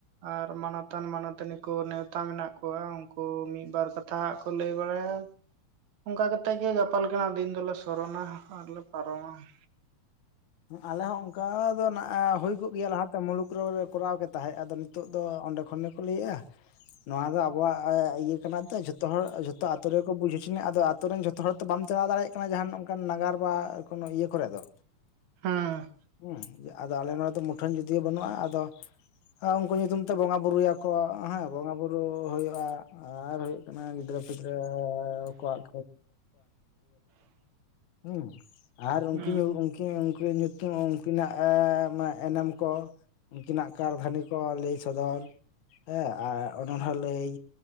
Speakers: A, on the right (about 75°); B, on the left (about 80°).
A: ᱟᱨ ᱢᱟᱱᱚᱛᱟᱱ ᱢᱟᱱᱚᱛᱟᱱᱤ ᱠᱚ ᱱᱮᱣᱛᱟ ᱢᱮᱱᱟᱜ ᱠᱚᱣᱟ ᱩᱱᱠᱩ ᱢᱤᱫᱵᱟᱨ ᱠᱟᱛᱷᱟ ᱠᱚ ᱞᱟᱹᱭ ᱵᱟᱲᱟᱭᱟ ᱚᱝᱠᱟ ᱠᱟᱛᱮᱜ ᱜᱮ ᱜᱟᱯᱟ ᱞᱮᱠᱟᱜ ᱫᱤᱱ ᱫᱚᱞᱮ ᱥᱚᱨᱚᱱᱟ ᱟᱨ ᱞᱮ ᱯᱟᱨᱚᱢᱟ ᱾
B: ᱟᱞᱮ ᱦᱚᱸ ᱚᱱᱠᱟ ᱫᱚ ᱱᱟ ᱦᱩᱭ ᱠᱚᱜ ᱜᱮᱭᱟ ᱞᱟᱦᱟᱛᱮ ᱢᱩᱞᱩᱠ ᱨᱮᱞᱮ ᱠᱚᱨᱟᱣ ᱜᱮ ᱛᱟᱦᱮᱸᱫ ᱟᱫᱚ ᱱᱤᱛᱚᱜ ᱫᱚ ᱚᱸᱰᱮ ᱠᱷᱚᱱ ᱜᱮᱠᱚ ᱞᱟᱹᱭᱮᱫᱼᱟ ᱱᱚᱣᱟ ᱫᱚ ᱟᱵᱚᱣᱟᱜ ᱤᱭᱟᱹ ᱠᱟᱱᱟ ᱛᱚ ᱡᱷᱚᱛᱚ ᱦᱚᱲ ᱡᱷᱚᱛᱚ ᱟᱛᱚ ᱛᱚ ᱨᱮᱠᱚ ᱵᱩᱡ ᱦᱚᱪᱚ ᱱᱤᱡ ᱟᱫᱚ ᱟᱛᱩ ᱨᱮᱱ ᱡᱷᱚᱛᱚ ᱦᱚᱲ ᱛᱚ ᱵᱟᱢ ᱪᱟᱞᱟᱣ ᱫᱟᱲᱮᱭᱟᱜ ᱠᱟᱱᱟ ᱡᱟᱦᱟᱱ ᱚᱱᱠᱟᱱ ᱱᱟᱜᱟᱨ ᱵᱟ ᱠᱳᱱᱳ ᱤᱭᱟᱹ ᱠᱚᱨᱮ ᱫᱚ
A: ᱦᱮᱸ ᱾
B: ᱦᱚᱸ ᱟᱫᱚ ᱟᱞᱮ ᱱᱚᱰᱮ ᱫᱚ ᱢᱩᱴᱷᱟᱹᱱ ᱡᱩᱫᱤᱭᱳ ᱵᱟᱹᱱᱩᱜᱼᱟ ᱟᱫᱚ ᱩᱱᱠᱩ ᱧᱩᱛᱩᱢ ᱛᱮ ᱵᱚᱸᱜᱟ ᱵᱩᱨᱩ ᱭᱟᱠᱚ ᱦᱮᱸ ᱵᱚᱸᱜᱟ ᱵᱩᱨᱩ ᱦᱩᱭᱩᱜᱼᱟ ᱟᱨ ᱚᱱᱟ ᱜᱤᱫᱽᱨᱟᱹ ᱯᱷᱤᱫᱨᱟᱹ ᱠᱚᱣᱟᱜ <inaudible> ᱟᱨ
A: ᱦᱩᱸ
B: ᱩᱱᱠᱤᱱ ᱩᱝᱠᱤᱱ ᱧᱩ ᱧᱩᱛ ᱩᱝᱠᱤᱱᱟᱜ ᱮᱱᱮᱢ ᱠᱚ ᱩᱝᱠᱤᱱᱟᱜ ᱠᱟᱨᱫᱷᱟᱹᱱᱤ ᱠᱚ ᱞᱟᱹᱭ ᱥᱚᱫᱚᱨ ᱦᱮᱸ ᱟᱨ ᱚᱱᱟ ᱦᱚᱸ ᱞᱟᱹᱭ